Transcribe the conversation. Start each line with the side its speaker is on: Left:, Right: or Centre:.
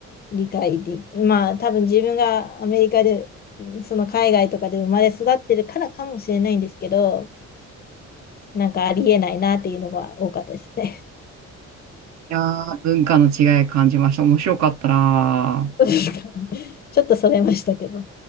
Left: 理解でき、まあ多分自分がアメリカで、その海外とかで生まれ育ってるからかもしれないんですけど、なんかありえないなっていうのが多かったですね。
Right: いやー、文化の違い感じました。面白かったなー。
Left: <laughs> ちょっとそれましたけど。